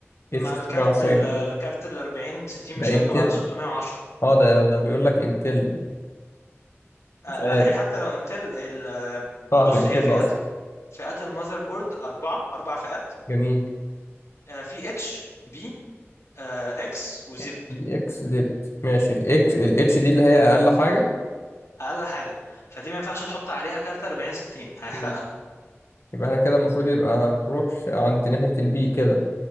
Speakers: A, on the left; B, on the left.
A: اتش
B: مع
A: 610
B: الكارت ال-
A: ام
B: الكارت ال 40 60
A: ده
B: مش هيركب
A: انتل
B: على 610
A: اه ده ده بيقول لك انتل
B: آه
A: مش عارف
B: لا هي حتى لو انتل ال-
A: اه احنا
B: بص
A: انتل
B: هي فئات
A: اصلا
B: فئات المذر بورد اربعه اربع فئات
A: جميل
B: آه في اتش بي اكس وزد
A: اتش دي اكس زد ماشي الاكس الاتش دي اللي هي اقل حاجة
B: اقل حاجه فدي ما ينفعش تحط عليها كارت 40 60 هيحرقها
A: مم. يبقى احنا كده المفروض يبقى نروح ش- عند ناحية البي كده